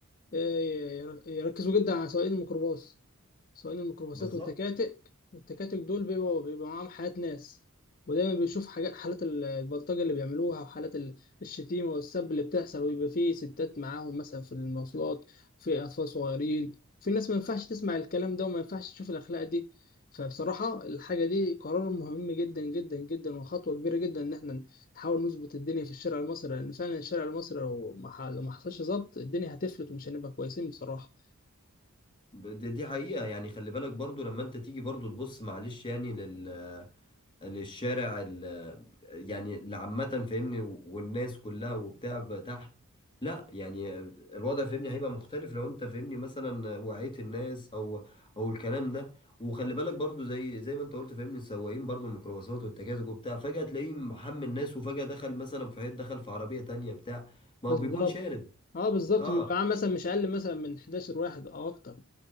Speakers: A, on the left; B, on the left.
A: إيه، يركزوا جدا على سواقين الميكروباص سواقين الميكروباصات
B: بالظبط
A: والتكاتك والتكاتك دول بيبقوا بيبقى معاهم حالات ناس ودايما بيشوف حاجات حالات ال- البلطجة اللي بيعملوها وحالات ال- الشتيمة والسب اللي بتحصل ويبقى فيه ستات معاهم مثلا في المواصلات في أطفال صغيرين في ناس ما ينفعش تسمع الكلام ده وما ينفعش تشوف الأخلاق دي فبصراحة الحاجة دي قرار مهم جدا جدا جدا وخطوة كبيرة جدا إن احنا نحاول نظبط الدنيا في الشارع المصري لان فعلا الشارع المصري لو ما ح- لو ما حصلش ظبط الدنيا هتفلت ومش هنبقى كويسين بصراحه
B: ب- دي دي حقيقة يعني خلي بالك برضو لما انت تيجي برضو تبص معلش يعني لل للشارع ال- يعني اللي عامة فاهمني والناس كلها وبتاع بقى تحت لا يعني الوضع فاهمني هيبقى مختلف لو انت فاهمني مثلا وعيت الناس او او الكلام ده وخلي بالك برضو زي زي ما انت قلت فاهمني السواقين برضو الميكروباصات والتكاتك وبتاع فجأة تلاقيه محمل الناس وفجأة دخل مثلا في حيط دخل في عربية تانية بتاع ما
A: بالظبط
B: هو بيكون شارب
A: اه بالظبط
B: اه
A: بيبقى معاه مثلا مش اقل مثلا من 11 واحد او اكتر